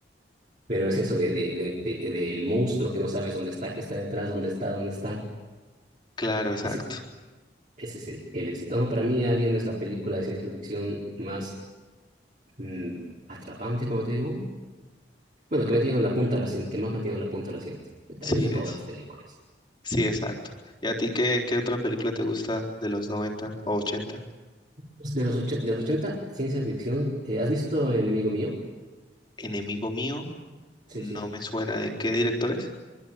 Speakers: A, on the right (about 45°); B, on the left (about 25°).
A: Pero es eso de, de, de, de- del monstruo que no sabes dónde está, que está detrás, dónde está, dónde está.
B: claro, exacto.
A: Ese, ese es el, el éxito. No, para mí Alien es la película de ciencia ficción más mm, atrapante, como te digo. Bueno, que me tiene en la punta del asiento, que más me tiene en la punta del asiento. Eh, Tal
B: Sí
A: vez de
B: es.
A: todas las películas.
B: Sí, exacto. ¿Y a ti qué, qué otra película te gusta de los 90 o ochenta?
A: Pues De los, ochen- de los 80 ciencia ficción. eh, ¿has visto Enemigo Mío?
B: Enemigo mío,
A: Sí,
B: no
A: sí.
B: me suena. ¿De qué directores?